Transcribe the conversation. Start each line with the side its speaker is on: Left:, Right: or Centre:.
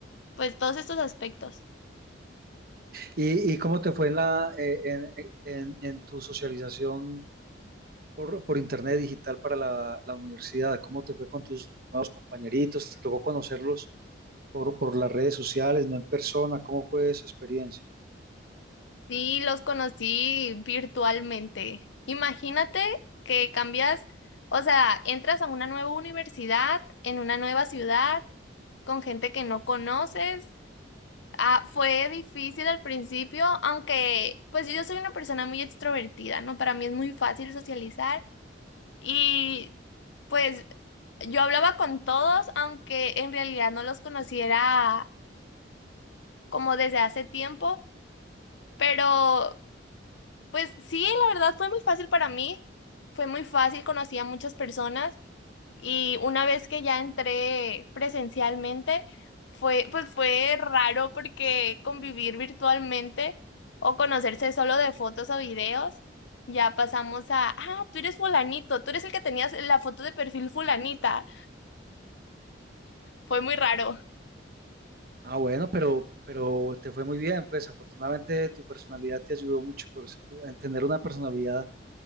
Left: pues todos estos aspectos.
Right: ¿Y, y cómo te fue en, la, eh, en, en- en tu socialización por, por internet digital para la, la universidad? ¿Cómo te fue con tus nuevos compañeritos? ¿Te tocó conocerlos por, por las redes sociales, no en persona? ¿Cómo fue esa experiencia?
Left: Sí, los conocí virtualmente. Imagínate que cambias, o sea, entras a una nueva universidad, en una nueva ciudad, con gente que no conoces. Ah, fue difícil al principio, aunque pues yo soy una persona muy extrovertida, ¿no? Para mí es muy fácil socializar y pues yo hablaba con todos, aunque en realidad no los conociera como desde hace tiempo, pero... Pues sí, la verdad fue muy fácil para mí, fue muy fácil, conocí a muchas personas y una vez que ya entré presencialmente, fue, pues fue raro porque convivir virtualmente o conocerse solo de fotos o videos, ya pasamos a, ah, tú eres fulanito, tú eres el que tenías la foto de perfil fulanita, fue muy raro.
Right: Ah, bueno, pero, pero te fue muy bien, pues afortunadamente tu personalidad te ayudó mucho por s- a tener una personalidad